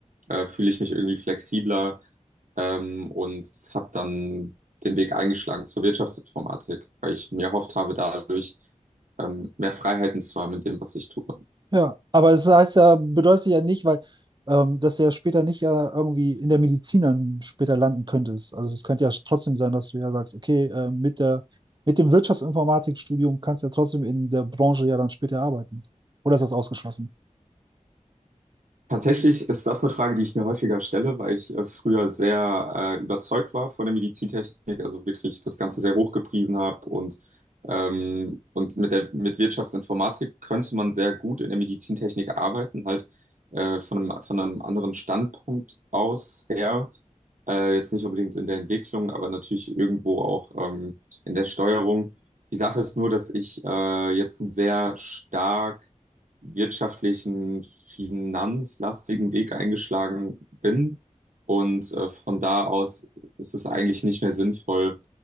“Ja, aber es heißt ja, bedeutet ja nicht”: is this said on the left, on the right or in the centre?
Right